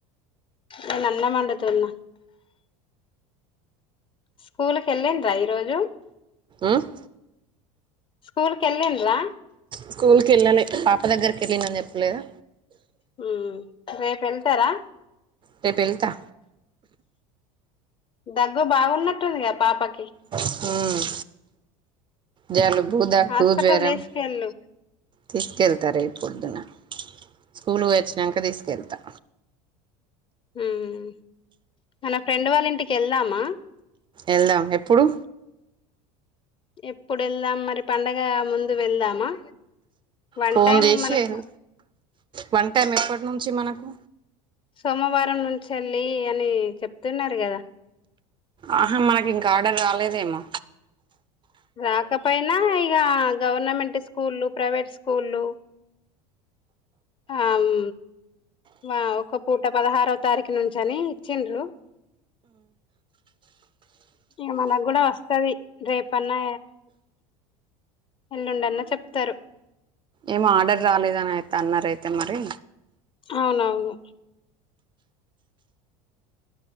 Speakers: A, on the left; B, on the right.
A: నేన్ అన్నం వండుతున్న స్కూల్ కెల్లిండ్రా ఈరోోజు
B: ఉమ్
A: స్కూల్ కి ఎళ్ళిడ్రా
B: స్కూల్కి ఎళ్ళాలే పాప దగ్గరికి ఎళ్లిడని చెప్పలేదా
A: హమ్ రేప్ వెళ్తారా
B: రేప్ ఎళ్తా
A: దగ్గు బాగున్నట్టు ఉంది కదా పాపక్
B: హమ్ జలు బూదగ్గు
A: హాస్పిటల్
B: జ్వరం
A: తీసుకెళ్ళు
B: తీసుకెళ్తారా ఈప్ పొద్దున స్కూలుకు పోయి వచ్చినంక తీసుకెళ్తా
A: ఉమ్ మన ఫ్రెండ్ వాళ్ళ ఇంటికి ఎళ్దామా
B: ఎళ్దాం ఎప్పుడు
A: ఎప్పుడు ఎళ్దాం మరి పండగ ముందు వెళ్దామా వన్
B: ఫోన్
A: టైం
B: చేసి
A: మనకు
B: ఏల్ వన్ టైం ఎప్పటి నుంచి మనకు
A: సోమవారం నుంచెల్లి అని చెప్తున్నారు కదా
B: ఆహా మనకి ఇంకా ఆర్డర్ రాలేదేమో
A: రాకపోయినా ఇగ గవర్నమెంట్ స్కూళ ప్రైవేట్ స్కూళ్ళ ఆమ్ వ ఒక పూట పదహారో తారీఖు నుంచిని ఇచ్చిండ్రు ఇగ మనకు కూడా వస్తది రేపన్నా ఎల్లుండఅన్నా చెప్తారు
B: ఏం ఆర్డర్ రాలేదని అయితే అన్నారయితే మరి
A: అవునవును